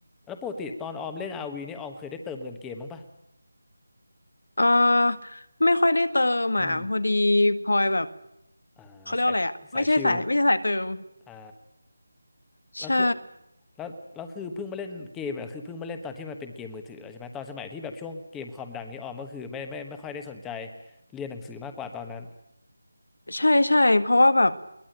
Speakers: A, in the centre; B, on the left.
A: แล้วปกติตอนออมเล่นอาร์วีนี่ออมเคยได้เติมเงินเกมบ้างปะ
B: เอ่อไม่ค่อยได้เติมอ่ะพอดี
A: อืม
B: พลอยแบบ
A: อ่าสายสายชิล
B: เขาเรียกว่าอะไรอ่ะไม่ใช่สายไม่ใช่สายเติม
A: อ่า
B: ใช่
A: แล้วคือแล้วแล้วคือเพิ่งมาเล่นเกมอะคือเพิ่งมาเล่นตอนที่มันเป็นเกมมือถือแล้วใช่ไหมตอนสมัยที่แบบช่วงเกมคอมดังนี้ออมก็คือไม่ไม่ไม่ค่อยได้สนใจเรียนหนังสือมากกว่าตอนนั้น
B: ใช่ใช่เพราะว่าแบบ